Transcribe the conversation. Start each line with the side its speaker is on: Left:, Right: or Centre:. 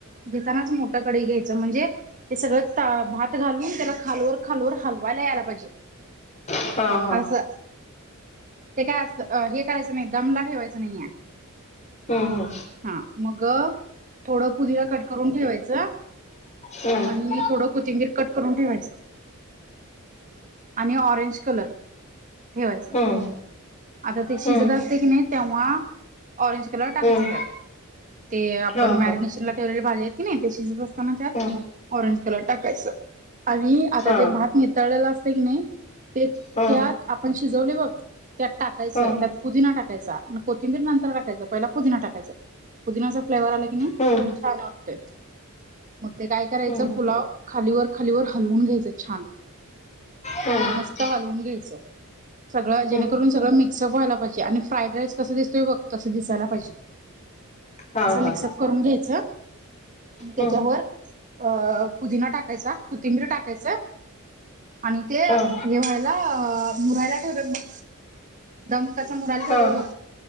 Right: घेतानाच मोठं कढई घ्यायचं म्हणजे. ते सगळं ता भात घालून त्याला, खालवर खालवर हलवायला यायला पाहिजे.
Left: हा हा.
Right: असं ते काय असं हे करायचं नाही. दमला ठेवायच नाही ये
Left: हं, हं.
Right: हा. मग थोडं पुदिना कट करून ठेवायचं.
Left: हं.
Right: आणि थोडं कोथिंबीर कट करून ठेवायचं. आणि ऑरेंज कलर ठेवायच.
Left: हं, हं,
Right: आता ते
Left: हं,
Right: शिजत असते. कणी तेव्हा ऑरेंज कलर टाकायच
Left: हं,
Right: त्यात. ते आपण
Left: हां,
Right: मॅरिनेशन
Left: हां,
Right: ला ठेवलेले भाजीत. कणी ते शिजत असताना, त्यात
Left: हं,
Right: ऑरेंज कलर टाकायचं आणि आता
Left: हां,
Right: ते भात. नितळलेलं असत कणी ते
Left: हां,
Right: त्यात आपण शिजवले बघ त्यात टाकायचं
Left: हां,
Right: त्यात. पुदिना टाकायचा, मग कोथिंबीर नंतर टाकायचं, पहिला पुदिना टाकायचं. पुदिनाचा फ्लेवर्ह आला कणी
Left: हं,
Right: छान वाटतंय. मग ते काय करायचं.
Left: हं, हं,
Right: पुलाव खालीवर खालीवर हलवून घ्यायचं छान.
Left: हं,
Right: मस्त हलवून घ्यायचं. सगळं जेणेकरून
Left: हं,
Right: सगळं मिक्सअपव्हायला पाहिजे. आणि फ्राईड राईस कसा दिसतोय बघ तसं दिसायला पाहिजे.
Left: हां,
Right: असं
Left: हां,
Right: मिक्सअप करून घ्यायचं. आणि तेच्यावर
Left: हं,
Right: अ पुदिना टाकायचा कोथिंबीर टाकायचं. आणि ते हे
Left: हां,
Right: व्हायला मुरायला ठेवतात बघ. दम कसा मुरायला ठेवत्यात
Left: हां,
Right: बघ